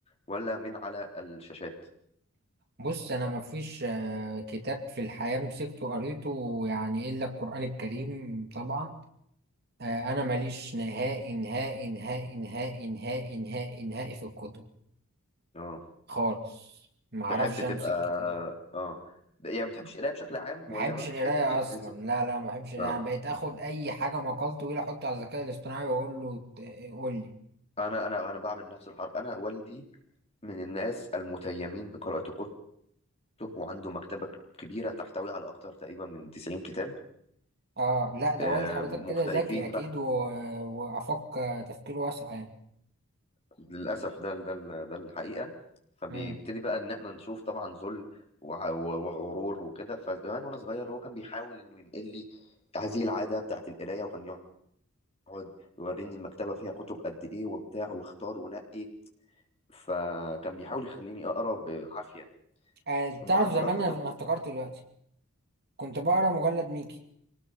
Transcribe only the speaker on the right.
بص انا مفيش آه، كتاب في الحياة مسكته قريته يعني الا القرآن الكريم طبعا آه، انا ماليش نهائي نهائي نهائي نهائي نهائي نهائي نهائي في الكتب
خالص ما اعرفش
امسك كتاب
ما
بحبش
القرايه اصلا
لا لا ما بحبش القراية.
انا بقيت اخد اي حاجه مقال طويل احطه على الذكاء الاصطناعي واقول له ت- قول لي
اه لا ده
والد حضرتك
كده ذكي اكيد و... وافق تفكير واسع يعني
امم
آه
تعرف زمان
انا أنا افتكرت دلوقتي كنت بقرا مجلد ميكي